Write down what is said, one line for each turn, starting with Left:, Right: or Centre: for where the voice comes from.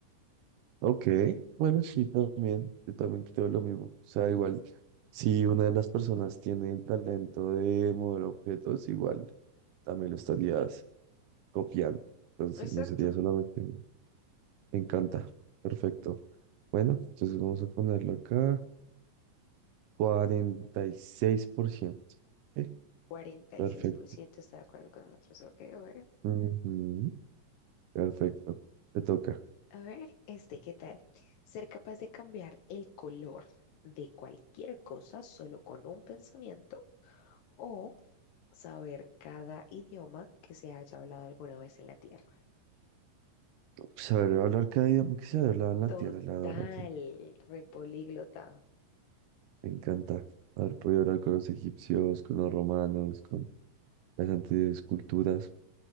Right: Ok, bueno, sí, también, yo también creo lo mismo. O sea, igual, si una de las personas tiene el talento de mover objetos, igual también lo estarías copiando. Entonces,
Left: Exacto,
Right: no sería solamente uno. Me encanta, perfecto. Bueno, entonces vamos a ponerlo acá, cuarenta y seis por ciento, Ok,
Left: Cuarenta
Right: Perfecto.
Left: y seis por ciento está de acuerdo con nosotros. Ok, ok.
Right: Ujú, Perfecto, te toca.
Left: A ver, este, ¿qué tal? Ser capaz de cambiar el color de cualquier cosa solo con un pensamiento o saber cada idioma que se haya hablado alguna vez en la Tierra.
Right: Saber hablar cada idioma que se habla en la
Left: Total,
Right: tierra, la verdad.
Left: repolíglota.
Right: Me encanta haber podido hablar con los egipcios, con los romanos, con las antiguas culturas.